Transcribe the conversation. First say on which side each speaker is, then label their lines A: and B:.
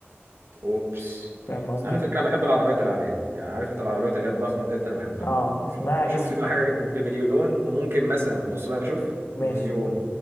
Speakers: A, on the right; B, on the left.
A: اوبس
B: فاهم قصدي؟
A: على فكره انا بحب العربيات العاليه يعني عارف انت العربيات اللي هي الضخمه ديت انا بحبها
B: اه اسمها
A: شوف
B: اس
A: لي
B: يو
A: بقى حاجه
B: في
A: بمليون وممكن مثلا بص بقى شوف
B: ماشي
A: مليون